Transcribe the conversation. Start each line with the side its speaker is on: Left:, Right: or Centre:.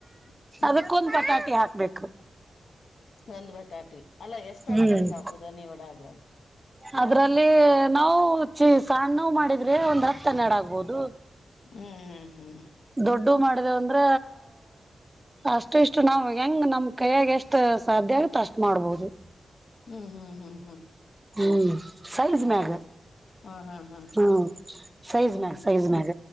Left: ಹ್ಮ
Right: ಅದಕ್ಕೊ ಒಂದ್ ಬಟಾಟಿ ಹಾಕ್ಬೇಕು
Left: ಒಂದ್ ಬಟಾಟಿ ಅಲ್ಲಾ ಎಷ್ಟಾಗಬೋದು
Right: ಹ್ಮ್
Left: ಸಾಬುದಾ ನೀ ವಡಾ ಅದ್ರಾಗ
Right: ಅದ್ರಲ್ಲಿ ನಾವು ಚಿ ಸಣ್ನೋವು ಮಾಡಿದ್ರೆ ಒಂದ್ ಹತ್ ಹನೆರಡ ಆಗ್ಬಹದು
Left: ಹ್ಮ್ ಹ್ಮ್ ಹ್ಮ್
Right: ದೊಡ್ಡ ಮಾಡಿದೆೇವ ಅಂದ್ರ ಅಷ್ಟು ಇಷ್ಟು ನಾವ್ ಹೆಂಗ್ ನಮ್ ಕೈಯಾಗ ಎಷ್ಟ ಸಾಧ್ಯ ಆಗುತ್ತ ಅಷ್ಟ್ ಮಾಡ್ಬೋದು
Left: ಹ್ಮ್ ಹ್ಮ್ ಹ್ಮ್ ಹ್ಮ್
Right: ಹ್ಮ್ ಸೈಜ್
Left: ಹಂಗ
Right: ಮ್ಯಾಗ
Left: ಹಾ ಹಾ ಹಾ
Right: ಹ ಸೈಜ್
Left: ಹ್ಮ್
Right: ಮ್ಯಾಗ ಸೈಜ್ ಮ್ಯಾಗ